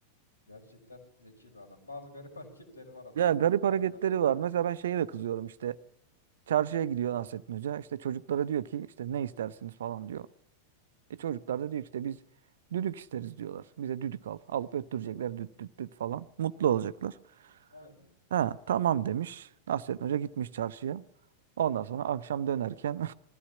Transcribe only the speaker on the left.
Gerçekten zeki bir adam. Bazı garip <laughs> hareketleri var adamın.
Harbiden öyle.
Aynen.